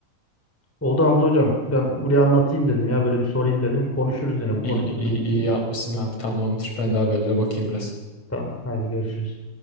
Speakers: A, in the centre; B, on the left.
A: Oldu Hamza hocam. Ben buraya anlatayım dedim ya. Böyle bir sorayım dedim. Konuşuruz yine bu konu
B: İyi,
A: üstüne.
B: iyi, iyi iyi yapmışsın abi tamamdır. Ben de haberlere bakayım biraz.
A: Tamam. Hadi görüşürüz.